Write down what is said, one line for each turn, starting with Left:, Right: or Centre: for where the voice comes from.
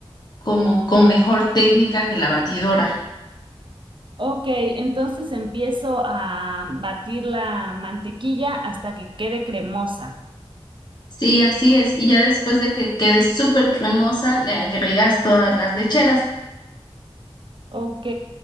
Left: como con mejor técnica que la batidora.
Right: Ok, entonces empiezo a batir la mantequilla hasta que quede cremosa.
Left: Sí, así es. Y ya después de que quede súper cremosa, le agregas todas las lecheras.
Right: Ok,